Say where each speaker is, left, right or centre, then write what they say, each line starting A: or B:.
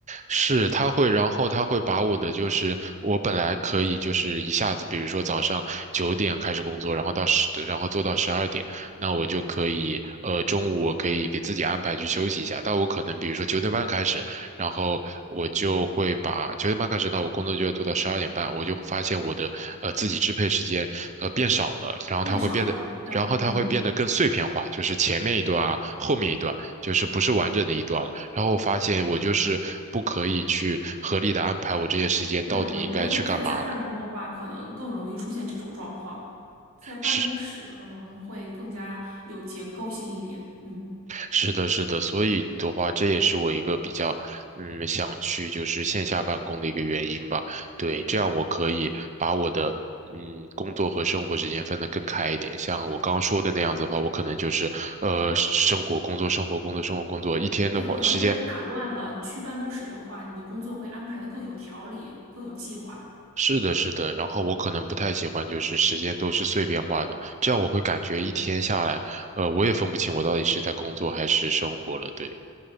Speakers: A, on the right; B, on the right.
A: 是，他会，然后他会把我的就是我本来可以就是一下子，比如说早上九点开始工作，然后到十，然后做到十二点，那我就可以，呃，中午我可以给自己安排去休息一下。但我可能比如说九点半开始，然后我就会把九点半开始，那我工作就要做到十二点半，我就会发现我的呃自己支配时间呃变少了，然后它会变得。
B: 变少了，但嗯，
A: 然后它会变得更碎片化，就是前面一段啊，后面一段。就是不是完整的一段了。然后我发现我就是不可以去合理的安排我这些时间到底应该去干嘛了。
B: 对，我觉得在家办公的话，可能更容易出现这种状况，在办公室可能会更加有结构性一点，
A: 是
B: 嗯，
A: 是的，是的，所以的话，这也是我一个比较嗯想去就是线下办公的一个原因吧。对，这样我可以把我的嗯工作和生活时间分得更开一点。像我刚刚说的那样子的话，我可能就是呃生活工作生活工作生活工作，一天的话时间
B: 对，可能有点儿打乱了。你去办公室的话，你的工作会安排的更有条理，更有计划。
A: 是的，是的，然后我可能不太喜欢，就是时间都是碎片化的，这样我会感觉一天下来，呃，我也分不清我到底是在工作还是生活了。对，